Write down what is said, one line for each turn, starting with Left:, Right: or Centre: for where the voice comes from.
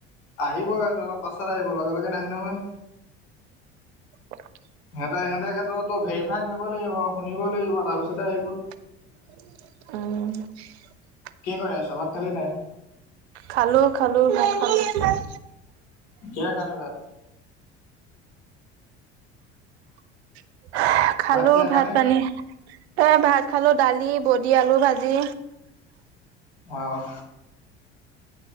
Left: আহিব সেটো, অলপ পাছত আহিব, লগে লগে নাহে নহয়।
Right: <inaudible>
Left: সিহঁতে-সিহঁতে সেটো তো ভেৰিফাই কৰিব লাগিব, শুনিব লাগিব, তাৰপিছতহে আহিব।
Right: আহ।
Left: কি কৰি আছ? ভাত খালি নাই?
Right: খালোঁ খালোঁ, ভাত খালোঁ। <unintelligible>
Left: কিহে খালি ভাত
Right: সে খালো
Left: কিহে
Right: ভাত
Left: খালি
Right: পানী, এ ভাত খালো ডালি বডি আলু ভাজি
Left: আহ।